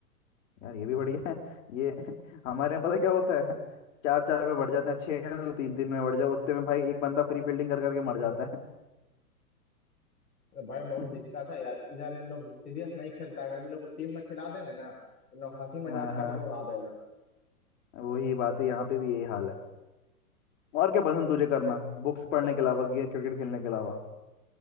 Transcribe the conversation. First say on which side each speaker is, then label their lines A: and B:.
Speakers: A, on the left; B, on the left.
A: यार ये भी बढ़िया है ये <laughs> हमारे यहाँ पता क्या होता है चार चार में बढ़ जाते हैं छह हैं तो तीन तीन में बढ़ जाओ उतने में भाई एक बंदा फ्री फील्डिंग कर करके मर जाता
B: अरे भाई बहुत
A: है
B: दिक्कत
A: <laughs>
B: है यार इधर इन लोग सीरियस नहीं खेलता अगर इन लोग को टीम में खिला देंगे ना इन लोग हंसी मजाक
A: हाँ हाँ
B: करके उड़ा देगा
A: वही बात है यहाँ पे भी यही हाल है और क्या पसंद तुझे करना बुक्स पढ़ने के अलावा या क्रिकेट खेलने के अलावा